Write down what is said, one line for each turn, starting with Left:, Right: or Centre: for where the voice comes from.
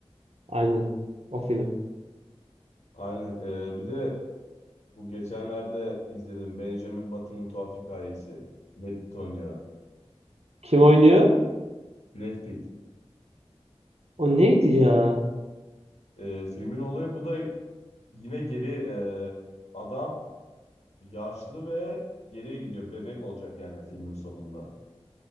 Right: aynen o film.
Left: Aynen. Ee, bir de bu geçenlerde izledim Benjamin Button'ın Tuhaf Hikayesi. Brad Pitt oynuyor.
Right: Kim oynuyor?
Left: Brad Pitt.
Right: O neydi ya?
Left: Ee, filmin olayı bu da yine geri e, adam yaşlı ve geriye gidiyor. Bebek olacak yani filmin sonunda.